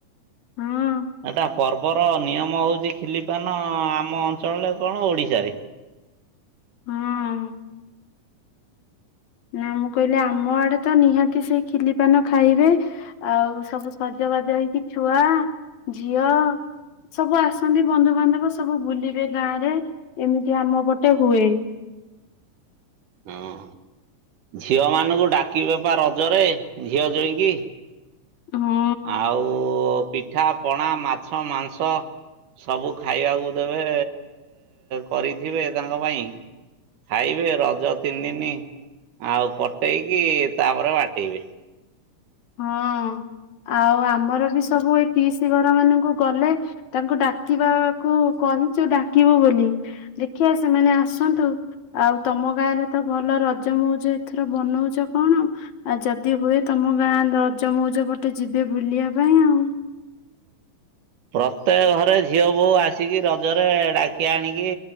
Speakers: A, on the left; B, on the right.
A: ହଁ
B: ତା ପର୍ବର ନିୟମ ହଉଛି ଖିଲିପାନ ଆମ ଅଞ୍ଚଳରେ କଣ ଓଡିଶାରେ?
A: ହଁ ନା ମୁଁ କହିଲି ଆମ ଆଡେ ତ ନିହାତି ସେଇ ଖିଲି ପାନ ଖାଇବେ ଆଉ ସବୁ ସଜବାଜ ହେଇକି ଛୁଆ ଝିଅ ସବୁ ଆସନ୍ତି ବନ୍ଧୁବାନ୍ଧବ ସବୁ ବୁଲିବେ ଗାଁ ରେ ଏମିତି ଆମ ପଟେ ହୁଏ?
B: ହଁ ଝିଅ ମାନଙ୍କୁ ଡାକିବେପ ରଜରେ ଝିଅ ଜଇକି!
A: ହୁଁ-
B: ଆଉ ପିଠା ପଣା ମାଛ ମାଂସ ସବୁ ଖାଇବାକୁ ଦେବେ କରିଥିବେ ତାଙ୍କ ପାଇଁ ଖାଇବେ ରଜ ତିନି ଦିନ ଆଉ କଟେଇକି ତାପରେ ବାଟେଇବେ?
A: ହଁ ଆଉ ଆମର ବି ସବୁ ଏ ଟି ସି ଘର ମାନଙ୍କୁ ଗଲେ ତାଙ୍କୁ ଡାକିବାକୁ କହିଛୁ ଡାକିବୁ ବୋଲି ଦେଖିବା ସେମାନେ ଆସନ୍ତୁ ଆଉ ତମ ଗାଁରେ ତ ଭଲ ରଜ ମଉଜ ଏଥର ବନଉଛ କଣ ଆଉ ଯଦି ହୁଏ ତମ ଗାଁ ରଜ ମଉଜ ପଟେ ଯିବେ ବୁଲିବା ପାଇଁ ଆଉ?
B: ପ୍ରତ୍ୟେକ ଘରେ ଝିଅ ବୋହ ଆସିକି ରଜରେ ଡାକି ଆଣିକି